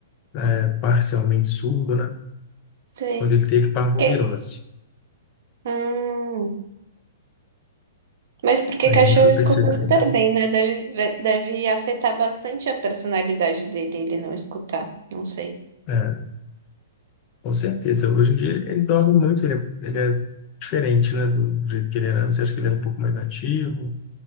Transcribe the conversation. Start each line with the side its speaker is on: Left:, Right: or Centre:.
Left: é, parcialmente surdo, né?
Right: Sei.
Left: Quando ele teve parvovirose.
Right: Que... Hum. Mas porque
Left: Aí
Right: cachorro
Left: a gente foi
Right: escuta
Left: perceber,
Right: super bem, né? Deve, deve afetar bastante a personalidade dele, ele não escutar. Não sei.
Left: é, com certeza. Hoje em dia ele dorme muito, ele, é- ele é diferente, né? Do, do jeito que ele era antes. Eu Acho que ele era um pouco mais ativo,